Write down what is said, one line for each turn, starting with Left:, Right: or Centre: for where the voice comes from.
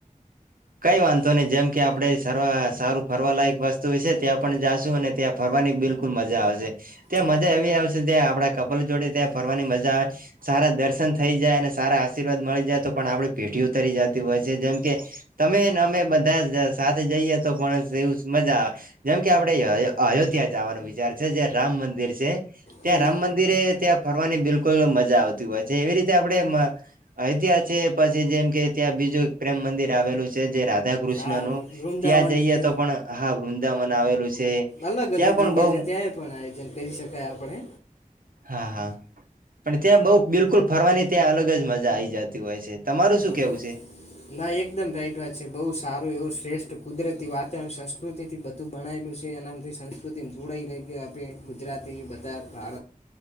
Right: કઈ વાંધો નહી જેમ કે આપડણે સારવા સારું ફરવાલાયક વસ્તુ હોય ત્યાં પણ જાશું અને ત્યાં ફરવાની બિલકુલ મજા આવશે ત્યાં
Left: હમ
Right: મજા એવી આવશે ત્યાં આપડા કપલ જોડે ત્યાં ફરવાની મજા આવે સારા દર્શન થઈ જાય અને સારા આશીર્વાદ મળી જાય તો પણ આપણી પેઢી ઉતરી જતી હોય છે જેમ કે તમેને અમે બધા સાથે જઈએ તો પણ એવું મજા આવે. જેમ કે આપડે અયોધ્યા જવાનું વિચાર છે જે રામ મંદિર છે ત્યાં
Left: હમ
Right: રામ મંદિર <unintelligible> ત્યાં ફરવાની બિલકુલ મજા આવતી હોય છે એવી રીતે આપણે અ ત્યાં છે પછી જેમ કે ત્યાં બીજું પ્રેમ મંદિર આવેલું છે જે રાધા કૃષ્ણ
Left: આ
Right: નું
Left: વૃંદાવન
Right: ત્યાં જઈએ
Left: છે
Right: તો પણ હા વૃંદાવન આવેલું છે
Left: અલગ
Right: ત્યાં
Left: અલગ
Right: પણ
Left: જગ્યા
Right: બહું
Left: છે ત્યાંય પણ આયોજન કરી શકાય આપણે.
Right: હા હા પણ ત્યાં બહું બિલકુલ ફરવાની ત્યાં અલગ જ મજા આઈ જતી હોય છે તમારું
Left: હા
Right: શું કેવું છે.
Left: ના એકદમ રાઈટ વાત છે બહુ સારું એવું શ્રેષ્ઠ કુદરતી વાતાવરણ સંસ્કૃતિથી બધું બણાયેલું છે એનામથી સંસ્કૃતિ જોડાઈ <unintelligible> આપણે ગુજરાતી બધા <unintelligible>